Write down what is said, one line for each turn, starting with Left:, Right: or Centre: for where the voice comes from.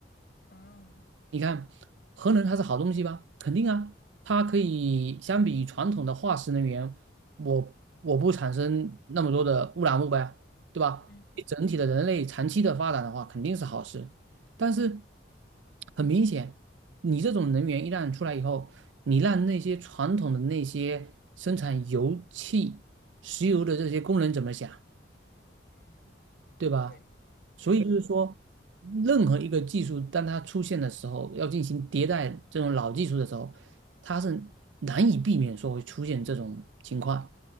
Left: 啊，
Right: 你看，核能它是好东西吧？肯定啊，它可以相比传统的化石能源，我我不产生那么多的污染物呗，对吧？
Left: 嗯
Right: 对整体的人类长期的发展的话，肯定是好事。但是很明显，你这种能源一旦出来以后，你让那些传统的那些生产油气、石油的这些工人怎么想？
Left: 嗯，
Right: 对吧？
Left: 对，对的。
Right: 所以就是说，任何一个技术当它出现的时候，要进行迭代这种老技术的时候，它是难以避免说会出现这种情况。